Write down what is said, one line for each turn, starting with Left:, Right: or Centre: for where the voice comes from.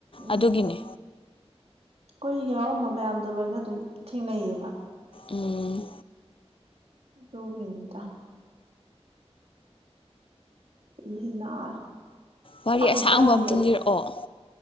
Right: ꯎꯝ
Left: ꯑꯗꯨꯒꯤꯅꯦ
Right: ꯀꯨꯏꯒꯤ ꯌꯥꯎꯔꯝꯕ ꯃꯌꯥꯝꯗꯣ ꯂꯣꯏꯅꯗꯨ ꯎꯝ ꯊꯦꯡꯅꯩꯌꯦꯕ
Left: ꯎꯝ
Right: ꯗꯨꯒꯤꯅꯤꯗ ꯏꯍꯦ ꯅꯥꯔꯦ
Left: ꯋꯥꯔꯤ
Right: ꯆꯥꯛꯀ
Left: ꯑꯁꯥꯡꯕ
Right: ꯆꯥꯗ꯭ꯔꯤ
Left: ꯑꯝꯇꯪ ꯂꯤꯔꯛꯑꯣ